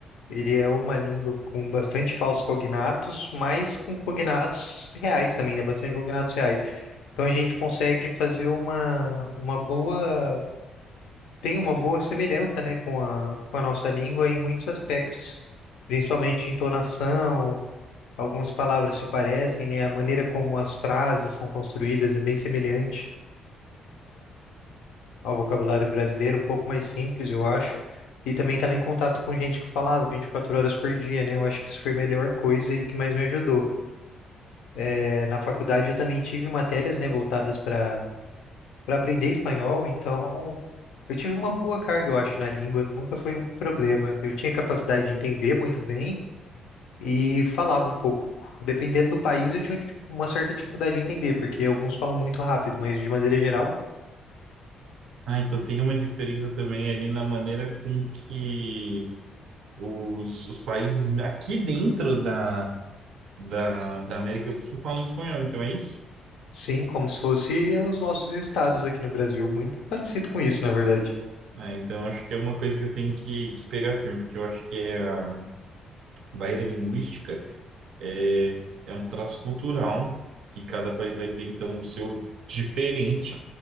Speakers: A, on the left; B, on the right.
A: Ele é uma língua com bastante falsos cognatos, mas com cognatos reais também, né? Bastante cognatos reais. Então a gente consegue fazer uma, uma boa. Tem uma boa semelhança, né, com a, com a nossa língua em muitos aspectos, principalmente entonação, algumas palavras se parecem, né? A maneira como as frases são construídas é bem semelhante ao vocabulário brasileiro, um pouco mais simples, eu acho. E também estava em contato com gente que falava 24 horas por dia, né? Eu acho que isso foi a melhor coisa e que mais me ajudou. É, na faculdade eu também tive matérias, né, voltadas para para aprender espanhol, então eu tive uma boa carga, eu acho, na língua, nunca foi um problema. Eu tinha capacidade de entender muito bem e falava um pouco. Dependendo do país, eu tinha tipo, uma certa dificuldade de entender, porque alguns falam muito rápido, mas de maneira geral.
B: Ah, então tem uma diferença também ali na maneira com que os, os países aqui dentro da, da, da América do Sul falam espanhol, então é isso?
A: Sim, como se fosse os nossos estados aqui no Brasil, muito parecido com isso, na verdade.
B: Ah, então acho que é uma coisa que eu tenho que, que pegar firme, porque eu acho que é a barreira linguística é, é um traço cultural que cada país vai ter, então, o seu diferente.